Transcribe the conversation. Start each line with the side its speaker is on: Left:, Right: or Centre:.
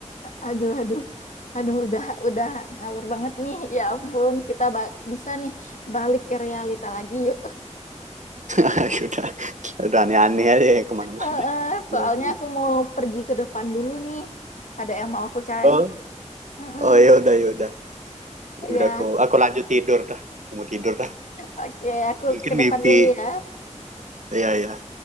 Left: Aduh, aduh, aduh, udah, udah ngalur banget nih. Ya ampun, kita ba- bisa nih balik ke realita lagi yuk.
Right: <laughs> udah udah aneh-aneh aja ya kemana-mana
Left: Heeh, Soalnya
Right: zombie
Left: aku mau pergi ke depan dulu nih. Ada yang mau aku cari.
Right: oh
Left: Mm-mm.
Right: oh ya udah ya udah Ya
Left: Ya,
Right: udah aku aku lanjut tidur dah aku mau tidur dah
Left: oke, aku
Right: mungkin
Left: ke depan
Right: mimpi
Left: dulu ya.
Right: Iya, iya.